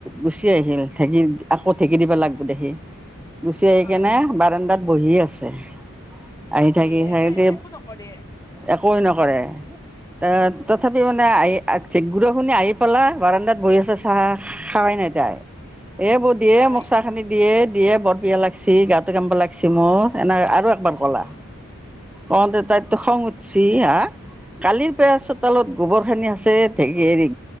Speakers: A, in the centre; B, on the left.
A: গুচি আহিল ঢেকী আকৌ ঢেঁকী দিব লাগিবো দেখি। গুচি আহি
B: হয়
A: কেনে বাৰান্দাত বহি আছে। আহি থাকি,
B: ইয়ে
A: সেহেতি
B: একো নকৰে
A: একো নকৰে। তে, তথাপি মানে আহি, গুৰ শুনি আহি পেলা, বাৰান্দাত বহি আছে চাহ খাই নে যায়। এই বৌ দিয়ে
B: হয়
A: মোক চাহ খানি দিয়ে দিয়ে বৰ বিয়া লাগিছি গাটো গ্ ব লাগিছে মোক এনেক আৰু একবাৰ কলা
B: উম
A: অতে তাইতো
B: অ
A: খং উঠছি হা? কালিৰ পৰা চোতালত গোবৰ খিনি আছে ে হেৰি।